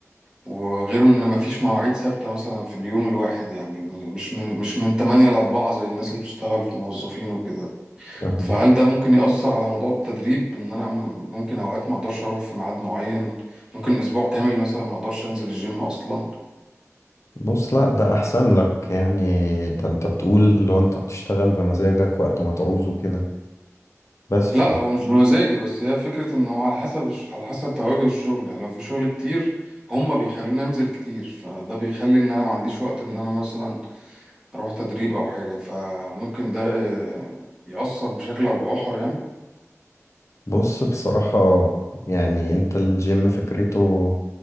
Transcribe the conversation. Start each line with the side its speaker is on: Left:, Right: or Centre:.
Right: وغير إن مفيش مواعيد ثابتة مثلا في اليوم الواحد يعني م- مش من مش من تمانية لأربعة زي الناس اللي بتشتغل في موظفين وكده
Left: فاهمة
Right: فهل ده ممكن يأثر على موضوع التدريب إن أنا م- ممكن أوقات ما أقدرش أروح في ميعاد معين ممكن أسبوع كامل مثلا ما أقدرش أنزل الجيم أصلا
Left: بص لا ده احسن لك يعني ده انت بتقول اللي هو انت بتشتغل بمزاجك وقت ما تعوزه كده بس
Right: لا
Left: ف
Right: هو مش بمزاجي بس هي فكرة إن هو على حسب على حسب تواجد الشغل يعني لو في شغل كتير هما بيخلوني أنزل كتير فده بيخلي إن أنا ما عنديش وقت إن أنا مثلا أروح تدريب أو حاجة فممكن ده يأثر بشكل أو بآخر يعني
Left: بص بصراحة يعني انت الجيم فكرته